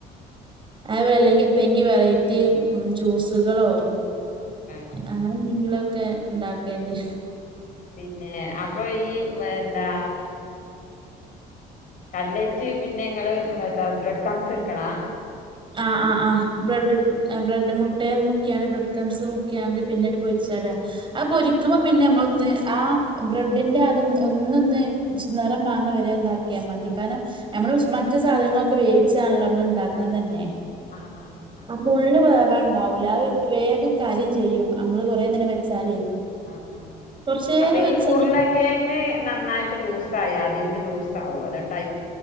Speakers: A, on the right (about 30°); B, on the left (about 55°).
A: ഔ അല്ലെങ്കിത്തെങ്കി വെറൈറ്റി ഉം ജ്യൂസ്കളോ
B: ആ
A: അങ്ങനെന്തെങ്കിലൊക്കെണ്ടാക്കേണ്ട്
B: പിന്നേ അപ്പൊ ഈ മ് ന്താ കട്ലെയ്റ്റ് പിന്നെങ്ങള് എത്താ ബ്രെഡ് ക്രംസ്ട്ക്ക്ണാ
A: ആ ആ ആ ബ്രെഡ്ക് എ ബ്രെഡും മു ട്ടേ മുക്ക്യാണ്ട് ബ്രെഡ്ക്രംസ് മുക്ക്യാണ്ട് പിന്നെണ്ട് പൊര്ച്ചാടാ അത് പൊരിക്കുമ്പം പിന്നെമ്മളൊന്ന് ആ ബ്രെഡിന്റെ അത് ഒന്നൊന്ന് സ് നെറം മാറ്ണെ വരേ ന്താക്കിയാമതി കാരണം ഞമ്മള് സ് മറ്റ് സാധനങ്ങളൊക്കെ വേവിച്ചാണല്ലൊ മ്മള്ണ്ടാക്ക്ണത ന്നെ
B: ആഹ് ആഹ് ആഹ് ആഹ്
A: ആ പ്പുള്ള് വേണ്ടാവൂല്ലാ അര് വേഗം കരിം ചെയ്യും അമ്മള് കൊറേ നേരം വെച്ചാലേ
B: ആ ആ
A: കൊറച്ചേരം
B: അപ്പ
A: വെച്ചാണ്ട്
B: ഈ ഉർളക്കെഴങ്ങ് നന്നായിട്ട് ലൂസ്സായാ ത് ഇത് ലൂസാവൊ അതൊ ടൈ